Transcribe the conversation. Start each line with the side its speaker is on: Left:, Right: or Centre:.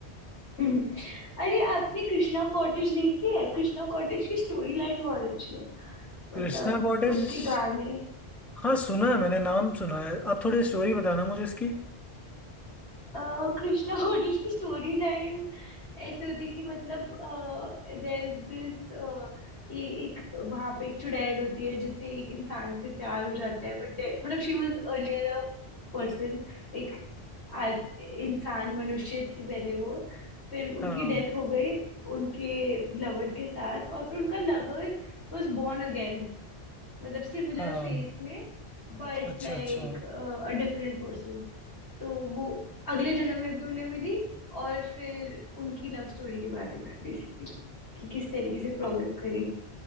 Left: <laughs> अरे आपने कृष्णा कॉटेज देखी है कृष्णा कॉटेज की स्टोरी लाइन बहुत अच्छी है मतलब
Centre: कृष्णा कॉटेज
Left: उसके गाने
Centre: हाँ सुना है मैंने नाम सुना है आप थोड़ी स्टोरी बताना मुझे इसकी
Left: अह, कृष्णा कोटेज की स्टोरी लाइन ऐसे होती है कि मतलब देयर इज दिस ये एक वहां पे एक चुड़ैल होती है जिससे एक इंसान से प्यार हो जाता है बट मतलब she was earlier a person एक आज इंसान मनुष्य थी पहले वो फिर
Centre: हाँ
Left: उनकी डेथ हो गई उनके लवर के साथ और फिर उनका लवर वाज बोर्न अगेन मतलब सिमिलर
Centre: हाँ
Left: फेस में but
Centre: अच्छा
Left: like
Centre: अच्छा
Left: a different person तो वो अगले जन्म में भी उन्हें मिली और फिर उनकी लव स्टोरी के बारे में बेसिकली कि किस तरीके से प्रोग्रेस करी